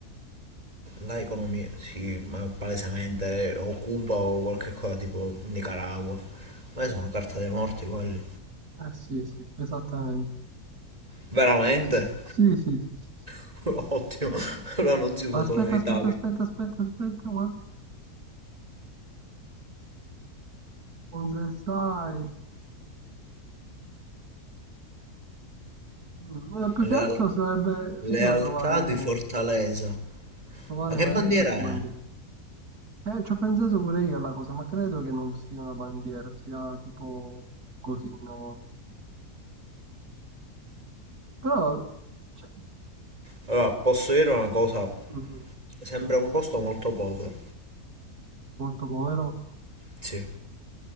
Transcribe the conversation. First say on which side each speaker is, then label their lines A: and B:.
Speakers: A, on the right (about 25°); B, on the right (about 70°).
A: La economia, sì, ma palesemente o Cuba o qualche cosa tipo Nicaragua. Ma sono carta dei morti quelli.
B: Eh sì, sì, esattamente.
A: Veramente?
B: Sì, sì, sì, sì. sì.
A: <laughs> Ottimo. Allora non si usa
B: Aspetta,
A: solo in Italia.
B: aspetta, aspetta, aspetta, aspetta, guarda. Cosa sai? Mm, eh, più
A: Leal-
B: che altro sarebbe
A: lealtà
B: figo trovare,
A: di Fortaleza.
B: trovare
A: Ma che
B: magari
A: bandiera
B: qualche bandiera.
A: è?
B: Eh, ci ho pensato pure io alla cosa, ma credo che non sia una bandiera, sia tipo così, no? Però, cioè,
A: Allora, posso dire una cosa,
B: mm,
A: sembra un posto molto povero.
B: molto povero.
A: Sì.